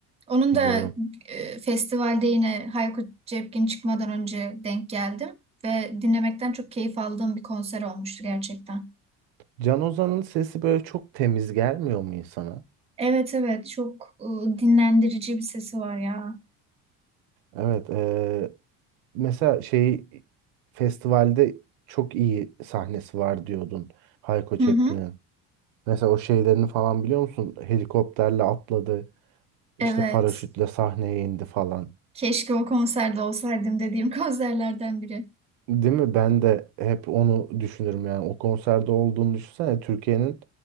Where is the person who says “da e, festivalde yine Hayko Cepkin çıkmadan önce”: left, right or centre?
Right